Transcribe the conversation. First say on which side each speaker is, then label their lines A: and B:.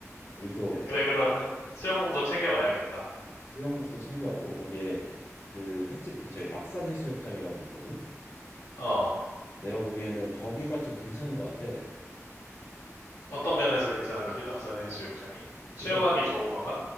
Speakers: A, on the left; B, on the left.
A: 우리 또
B: 그래, 그러면 수영복도 챙겨가야겠다.
A: 수영복도 챙겨가고 거기에 그 횟집 근처에 낙산 해수욕장이라고 있거든.
B: 어,
A: 내가 보기에는 거기가 좀 괜찮은 것 같아.
B: 어떤 면에서 괜찮은 거지? 낙산 해수욕장이? 수영하기
A: 일단
B: 좋은 건가?